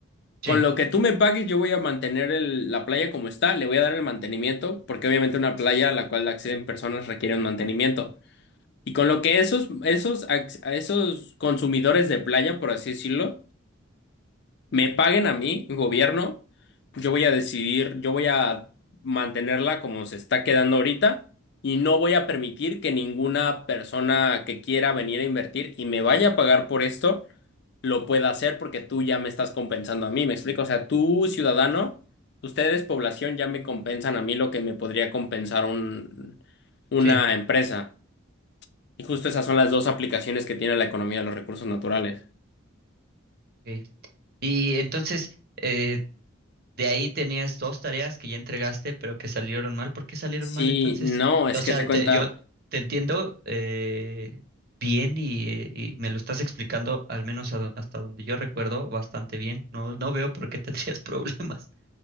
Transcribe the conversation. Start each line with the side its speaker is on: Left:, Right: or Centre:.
Right: Sí,
Left: Con lo que tú me pagues, yo voy a mantener el- la playa como está, le voy a dar el mantenimiento, porque obviamente una playa a la cual acceden personas requiere un mantenimiento. Y con lo que esos, esos, ac- a esos consumidores de playa, por así decirlo, me paguen a mí, gobierno, yo voy a decidir, yo voy a mantenerla como se está quedando ahorita y no voy a permitir que ninguna persona que quiera venir a invertir y me vaya a pagar por esto lo pueda hacer porque tú ya me estás compensando a mí, ¿me explico? O sea, tú, ciudadano, ustedes, población, ya me compensan a mí lo que me podría compensar un, una
Right: sí.
Left: empresa. Y justo esas son las dos aplicaciones que tiene la economía de los recursos naturales.
Right: ok. Y entonces, eh, de ahí tenías dos tareas que ya entregaste, pero que salieron mal. ¿Por qué salieron
Left: Sí,
Right: mal entonces?
Left: no, es
Right: O sea,
Left: que se cuenta.
Right: te- yo te entiendo eh, bien y, eh, y me lo estás explicando, al menos a do- hasta donde yo recuerdo, bastante bien. No, no veo por qué tendrías <laughs> problemas.